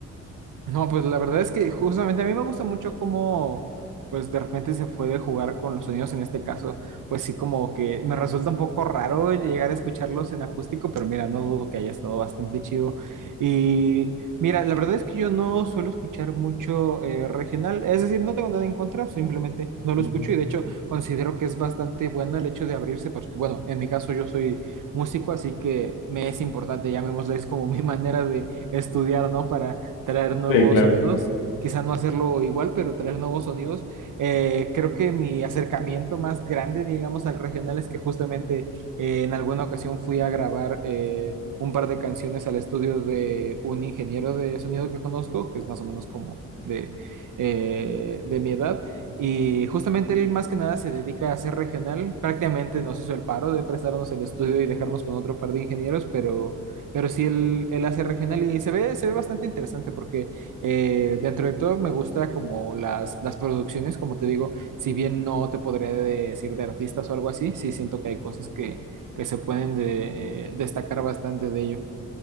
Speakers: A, on the right; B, on the left.
A: No, pues la verdad es que justamente a mí me gusta mucho cómo, pues de repente se puede jugar con los sonidos en este caso, pues sí como que me resulta un poco raro llegar a escucharlos en acústico, pero mira, no dudo que haya estado bastante chido. Y mira, la verdad es que yo no suelo escuchar mucho eh, regional, es decir, no tengo nada en contra, simplemente no lo
B: Ujú.
A: escucho y de hecho considero que es bastante bueno el hecho de abrirse, porque bueno, en mi caso yo soy músico, así que me es importante, llamémosle, es como mi <laughs> manera de estudiar, ¿no? Para traer nuevos
B: Sí, claro.
A: sonidos. Quizá no hacerlo igual, pero traer nuevos sonidos. Eh, creo que mi acercamiento más grande, digamos, al regional es que justamente eh, en alguna ocasión fui a grabar eh, un par de canciones al estudio de un ingeniero de sonido que conozco, que es más o menos como de, eh, de mi edad. Y justamente él más que nada se dedica a hacer regional. Prácticamente nos hizo el paro de prestarnos el estudio y dejarnos con otro par de ingenieros, pero pero sí, él, él hace regional y se ve, se ve bastante interesante porque eh, dentro de todo me gusta como las, las producciones, como te digo, si bien no te podría decir de artistas o algo así, sí siento que hay cosas que, que se pueden de- eh, destacar bastante de ello.